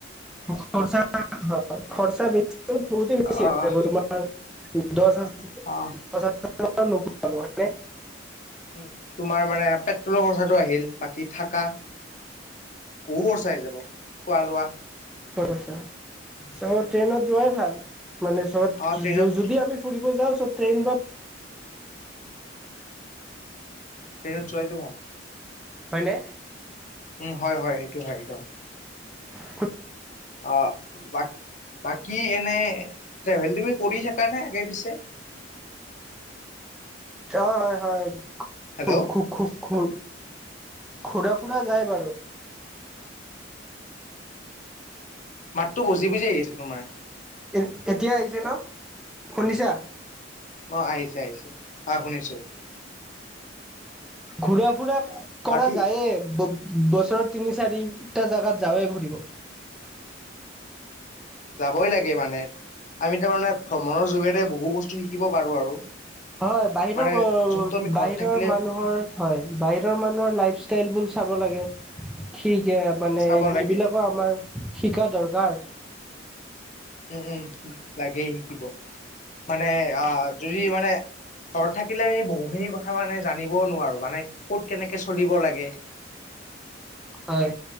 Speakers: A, in the centre; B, on the left.
A: খৰচা, খৰচা বেছি, বহুত বেছি
B: আহ
A: আ তোমাৰ দচ হাজাৰ,
B: আহ
A: দচ হাজাৰৰ তলত নোপোৱা মানে
B: উম, তোমাৰ মানে পেট্ৰলৰ খৰচাটো আহিল, বাকী থাকা বহু ও চাই যাব, খোৱা-লোৱা
A: চোন, চ', ট্ৰেইনত যোৱাই ভাল মানে চত,
B: অ ট্ৰেইনত
A: যদি আমি ফুৰিব যাওঁ চত্ৰেইন বা
B: ট্ৰেইনত যোৱাইটো ভাল।
A: হয়নে?
B: উম, হয়, হয়, এইটো হয়, একদম।
A: <unintelligible>
B: অ', ব বাকী এনেই ট্ৰেভেল তুমি কৰি থাকা নে আগে পিছে?
A: অ', হয,
B: হেল্ল'
A: খু, খু, খুক, খু ঘূৰা ফুৰা যায় বাৰু
B: মাতটো বজি বজি আহি আছে তোমাৰ
A: এ, এতিয়া আহিছে ন শুনিছা?
B: অ', আহিছে, আহিছে, আ শুনিছোঁ।
A: ঘূৰা ফুৰা কৰা
B: বাকী
A: যায়ে বছৰৰ তিনি চাৰিটা জাগাত যাৱেই ঘুৰিব
B: যাবই লাগে মানে, আমি তাৰমানে ভ্ৰমণৰ যুগে বহু বস্তু শিকিব পাৰোঁ আৰু
A: হয়, বাহিৰৰ
B: মানে যোনটো আমি ঘৰত
A: বাহিৰৰ
B: থাকিলে
A: মানুহৰ হয়, বাহিৰৰ মানুহৰ লাই ষ্টাইলবোৰ চাব লাগে ঠিকে
B: উম
A: মানে
B: চাব
A: এইবিলাকো
B: লাগে
A: আমাৰ শিকা দৰকাৰ।
B: উম উম লাগেই শিকিব, মানে অ যদি মানে ঘৰ থাক আমি বহুখিনি কথা মানে জানিবও নোৱাৰো, মানে ক'ত কেনেকে চলিব লাগে।
A: হয়।